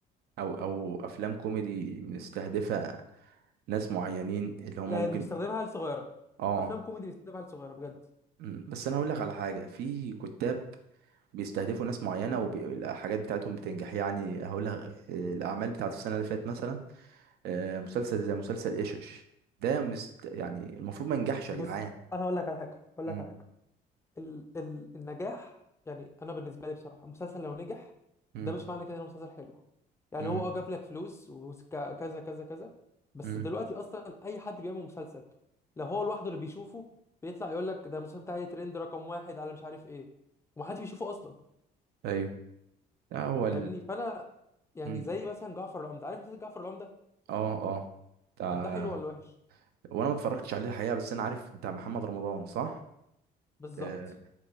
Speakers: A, on the right; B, on the left.
A: او او افلام كوميدي مستهدفة ناس معينين اللي هم
B: لا
A: ممكن
B: مستخدمها عيال صغيره
A: اه
B: افلام كوميدي بيستخدمها عيال صغيره بجد
A: مم. بس انا هقول لك على حاجة في كتاب بيستهدفوا ناس معينة والحاجات بتاعتهم بتنجح يعني هقول لك آه، الأعمال بتاعت السنة اللي فاتت مثلا آه، مسلسل زي مسلسل إيشش ده مست... يعني المفروض ما ينجحش
B: بص
A: يا جدعان
B: انا هقول لك على حاجه هقول
A: مم.
B: لك على حاجه ال ال النجاح يعني انا بالنسبه لي بصراحه المسلسل لو نجح
A: مم.
B: ده مش معنى كده انه مسلسل حلو يعني
A: مم.
B: هو اه جاب لك فلوس وكذا كذا كذا بس
A: مم.
B: دلوقتي اصلا اي حد بيعمل مسلسل لو هو لوحده اللي بيشوفه بيطلع يقول لك ده المسلسل بتاعي ترند رقم واحد على مش عارف ايه ومحدش بيشوفه اصلا
A: ايوه هو
B: فاهمني فانا يعني
A: مم.
B: زي مثلا جعفر العمدة عارف مسلسل جعفر العمدة
A: اه اه بتاع
B: طب ده حلو ولا وحش
A: وانا ما اتفرجتش عليه الحقيقه بس انا عارف بتاع محمد رمضان صح
B: بالظبط
A: آه.